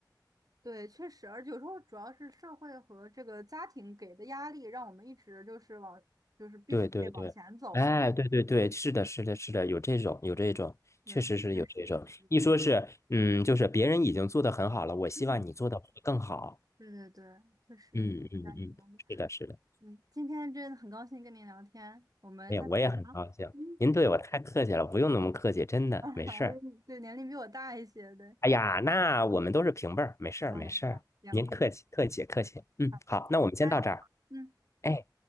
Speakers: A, on the right; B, on the left.
A: 对，确实，而且有时候主要是社会和这个家庭给的压力，让我们一直就是往，就是必须得往前走。
B: 对对对，哎，对对对，是的，是的，是的，有这种，有这种，
A: 对，
B: 确实是有这种。
A: 确实，是的
B: 一说是，嗯，就是别人已经做的很好了，我希望你做的会更好。
A: 嗯，对对对，确实，
B: 嗯嗯嗯，
A: 家庭压力。
B: 是的，是的，
A: 嗯，今天真的很高兴跟您聊天，我们下次再聊。
B: 哎呀，我也很高兴。
A: 嗯。
B: 您对我太客气了，不用那么客气，真的没事儿。
A: 啊，<laughs> 对，年龄比我大一些，对，
B: 哎呀，那我们都是平辈儿，没事儿没事儿，
A: 嗯，好，行，
B: 您客气客气客气。嗯，
A: 好的，
B: 好，那我们先到这儿。
A: 拜，嗯。
B: 哎。